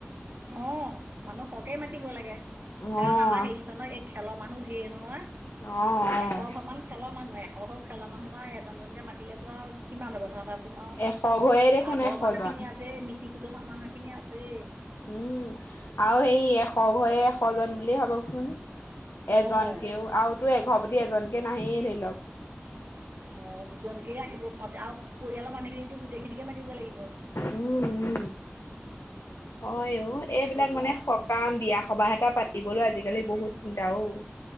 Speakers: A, on the right; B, on the left.
A: অহ মানুহ সহকে মাতিব লাগে
B: অ',
A: কাৰণ আমাৰ হেৰিখনৰ এই খেলৰ মানুহ ধেৰ নহয়
B: অ', অ'।
A: এশ ঘৰ মান খেলৰ মানুহ এশশ খেলৰ মানুহ আউ এজনকে এজনকে মাতিলেতো আউ কিমান হ'ব ভাবা টোমাও
B: এশ ঘৰে দেখোন
A: আঘ
B: এশজন।
A: মানুহ খিনি আছে মিতি কুটম মানুহ খিনি আছে
B: উম আউ সেই এশ ঘয় এশ জন বুলিয়ে ভাবকচোন এজনকেও
A: অঁ
B: আউতো এঘৰ এজনকে নাহেই ধৰি লওক
A: অ দুজনকেই আহিব মতে আৰু পৰিয়ালৰ মানুহখিনিকো গোটেইখিনিকে মাতিব লাগিব
B: উম উ হয় অ এইবিলাক
A: তেতিয়া
B: মানে সকাম বিয়া সবাহ এটা পাতিবলৈ আজিকালি বহুত চিন্তা অউ